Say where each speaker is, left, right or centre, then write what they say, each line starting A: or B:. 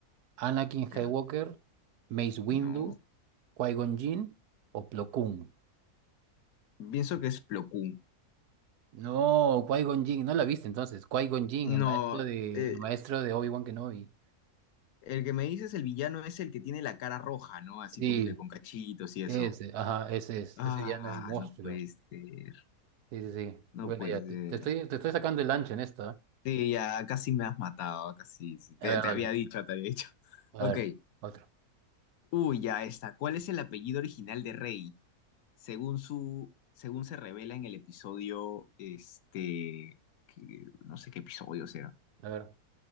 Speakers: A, on the right; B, on the left.
A: ¿Anakin
B: Ya,
A: Skywalker, Mace Windu,
B: no.
A: Qui-Gon Jinn o Plo Koon?
B: Pienso que es Plo Koon.
A: No, Qui-Gon Jinn, no la viste entonces. Qui-Gon Jinn,
B: No,
A: el maestro de,
B: eh,
A: el maestro de Obi-Wan Kenobi.
B: el que me dices el villano es el que tiene la cara roja, ¿no? Así
A: Sí,
B: como que con cachitos y eso.
A: ese, ajá, ese es,
B: Ah,
A: ese ya no es un monstruo.
B: no puede ser,
A: Sí, sí, sí.
B: no
A: Bueno,
B: puede
A: ya,
B: ser.
A: te, te estoy, te estoy sacando el ancho en esta.
B: Sí, ya casi me has matado, casi, sí. sí, Te,
A: ¿eh? A ver,
B: te
A: dale.
B: había dicho, te había dicho.
A: A
B: Ok,
A: ver, otro.
B: uy, ya está. ¿Cuál es el apellido original de Rey? según su, según se revela en el episodio, este, que- no sé qué episodio será.
A: A ver.